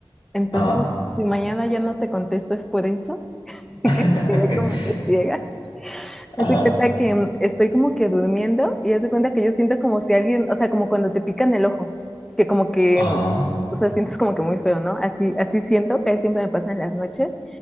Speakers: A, in the centre; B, on the left (about 75°).
A: entonces
B: ajá.
A: si mañana ya no te contesto es por eso, <laughs> y
B: <laughs>
A: que me quedé como que ciega. Haz
B: Ajá.
A: de cuenta que mm, estoy como que durmiendo y haz de cuenta que yo siento como si alguien, o sea, como cuando te pican el ojo, que como que,
B: Ajá,
A: mm, o sea, sientes como que muy feo, ¿no? Así, así siento que siempre me pasa en las noches